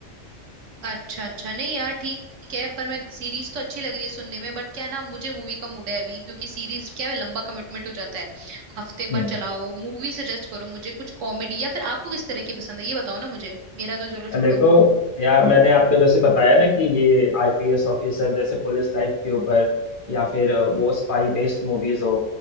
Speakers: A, on the right; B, on the left.
A: अच्छा अच्छा नहीं यार ठीक ठीक है पर मैं सीरीज तो अच्छी लग रही है सुनने में बट क्या है ना मुझे मूवी का मूड है अभी क्योंकि सीरीज क्या है लंबा कमिटमेंट हो जाता है हफ्ते
B: हो
A: भर चलाओ मूवी सजेस्ट करो मुझे कुछ कॉमेडी या फिर आपको किस तरह की पसंद है ये बताओ ना मुझे मेरा तो चलो छोड़ो
B: देखो या मैंने आपको जैसे बताया ना कि ये आईपीएस ऑफिसर जैसे पुलिस लाइफ के ऊपर या फिर वो स्पाई बेस्ड मूवीज हो